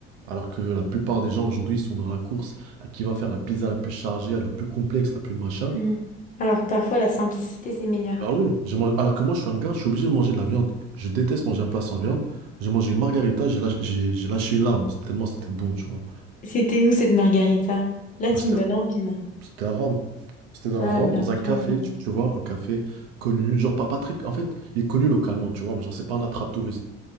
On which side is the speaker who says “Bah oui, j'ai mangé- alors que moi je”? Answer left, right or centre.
Right